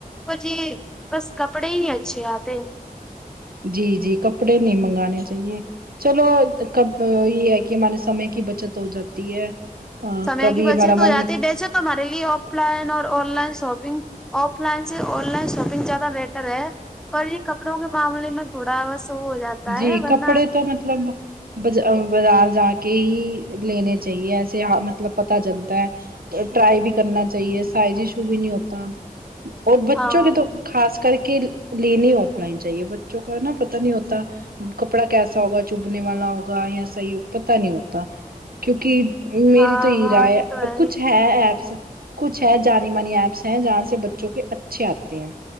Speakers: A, in the centre; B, on the right.
A: وہ جی بس کپڑے ہی اچھے آتے
B: جی جی کپڑے نہیں منگانے چاہیے چلو کب یہ ہے کہ ہمارے سمے کی بچت ہو جاتی ہے ہاں
A: سمے
B: کبھی
A: کی بچت
B: ہمارا
A: ہو
B: من
A: جاتی
B: یہ
A: ہے ویسے ہمارے لیے آف لائن اور online shopping offline سے آن لائن شاپنگ جادہ بہتر ہے اور یہ کپڑوں کے معاملے میں تھوڑا ہوس ہو جاتا
B: جی
A: ہے ورنہ
B: کپڑے تو مطلب بج بازار جا کے ہی لنے چاہیے ایسے مطلب پتا چلتا ہے ٹرائی بھی کرنا چاہیے سائز ایشو بھی نہیں ہوتا اور بچوں
A: ہاں
B: کے تو خاص کر کے لینی آف لائن چاہیے بچوں کا نا پتہ نہیں ہوتا کپڑا کیسا ہوگا چوبنے والا ہوگا یا صحیح ہو پتہ نہیں ہوتا کیونکہ میری
A: ہاں
B: تو یہ
A: ہاں
B: رائے ہے
A: تو
B: کچھ
A: ہی
B: ہے ایپس کچھ ہے جانی مانی ایپس ہیں جہاں سے بچوں کے اچھے آتے ہیں